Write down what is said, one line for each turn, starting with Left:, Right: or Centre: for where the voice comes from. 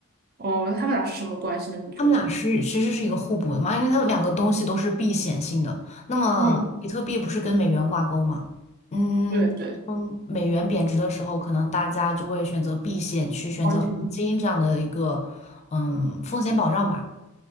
Right: 哦，那他们俩是什么关系呢？你觉得？
Left: 他们俩是其实是一个互补的嘛，因为它们两个东西都是避险性的。那么比特币不是跟美元挂钩嘛？
Right: 嗯，
Left: 嗯嗯，
Right: 对对，
Left: 美元贬值的时候，可能大家就会选择避险，去选择黄金这样的一个
Right: 黄金。
Left: 嗯风险保障吧。